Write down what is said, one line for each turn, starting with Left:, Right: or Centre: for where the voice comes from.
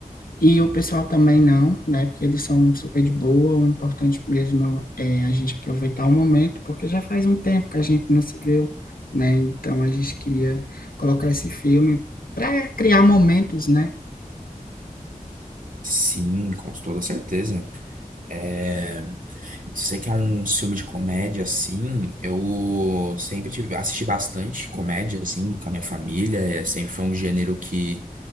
Left: E o pessoal também não, né, porque eles são super de boa. O importante mesmo é a gente aproveitar o momento, porque já faz um tempo que a gente não se viu, né, então a gente queria colocar esse filme para criar momentos, né?
Right: Sim, com toda certeza. É, se você quer um filme de comédia assim, eu sempre tive, assisti bastante comédia assim com a minha família. é, sempre foi um gênero que